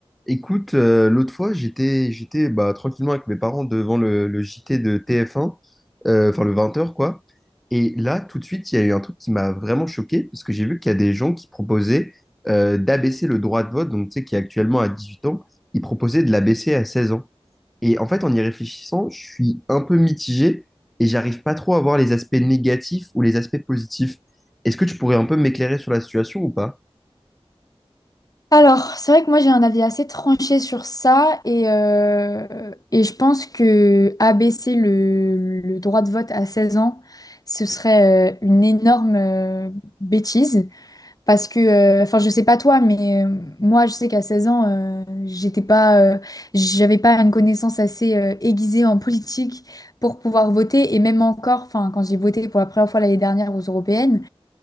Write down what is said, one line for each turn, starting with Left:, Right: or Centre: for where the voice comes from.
Centre: Écoute, euh, l'autre fois, j'étais, j'étais bah, tranquillement avec mes parents devant le, le JT de TF1, euh, enfin le 20 heures quoi. Et là, tout de suite, il y a eu un truc qui m'a vraiment choqué, parce que j'ai vu qu'il y a des gens qui proposaient euh, d'abaisser le droit de vote, donc tu sais, qui est actuellement à 18 ans, ils proposaient de l'abaisser à 16 ans. Et en fait, en y réfléchissant, je suis un peu mitigé et j'arrive pas trop à voir les aspects négatifs ou les aspects positifs. Est-ce que tu pourrais un peu m'éclairer sur la situation ou pas?
Left: Alors, c'est vrai que moi j'ai un avis assez tranché sur ça et, euh, et je pense que abaisser le, le droit de vote à 16 ans, ce serait euh, une énorme euh, bêtise parce que, euh, enfin je sais pas toi, mais euh, moi je sais qu'à 16 ans, euh, j'étais pas, euh, j'avais pas une connaissance assez euh, aiguisée en politique pour pouvoir voter et même encore, enfin quand j'ai voté pour la première fois l'année dernière aux européennes